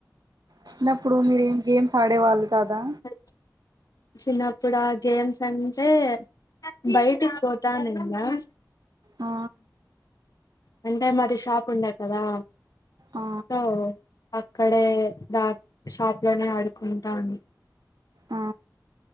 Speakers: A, on the right (about 65°); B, on the left (about 55°).
A: చిన్నప్పుడు మీర ఏం గేమ్స్ ఆడేవాళ్ళు కదా
B: అ చిన్నప్పుడు ఆ గేమ్స్ అంటే బయటికి పోతాేంగా
A: ఆ
B: అంటే మాది షాప్ ఉండ కదా
A: ఆ
B: సో అక్కడే దా షాప్ లోనే ఆడుకుంటాం
A: ఆ